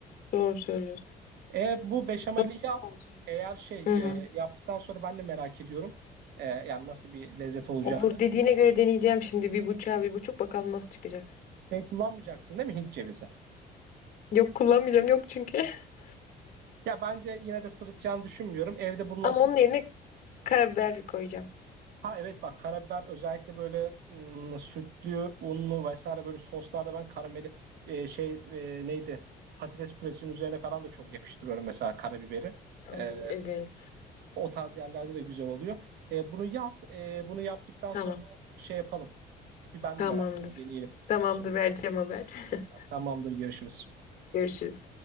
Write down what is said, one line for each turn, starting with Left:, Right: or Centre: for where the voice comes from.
Left: Doğru söylüyorsun.
Right: Eğer bu beşameli
Left: Bakalım
Right: yap,
Left: nasıl olacak.
Right: eğer şey
Left: Hı
Right: e,
Left: hı.
Right: yaptıktan sonra ben de merak ediyorum. E, yani nasıl bir lezzet olacağını.
Left: Olur dediğine göre deneyeceğim şimdi bir bıçağı bir buçuk bakalım nasıl çıkacak.
Right: Şey kullanmayacaksın değil mi Hint cevizi?
Left: Yok kullanmayacağım yok çünkü. <laughs>
Right: Ya bence yine de sırıtacağını düşünmüyorum. Evde bulunan
Left: Ama
Right: süt.
Left: onun yerine karabiber koyacağım.
Right: Ha evet bak karabiber özellikle böyle mm, sütlü, unlu vesaire böyle soslarda ben karameli e, şey e, neydi? Patates püresinin üzerine falan da çok yakıştırıyorum mesela karabiberi.
Left: Ay,
Right: E,
Left: evet.
Right: o tarz yerlerde de güzel oluyor. E, bunu yap. e, bunu yaptıktan
Left: Tamam.
Right: sonra şey yapalım. Bir ben
Left: Tamamdır.
Right: de merak ettim. Deneyelim.
Left: Tamamdır vereceğim haber. <laughs>
Right: Tamamdır, görüşürüz.
Left: Görüşürüz.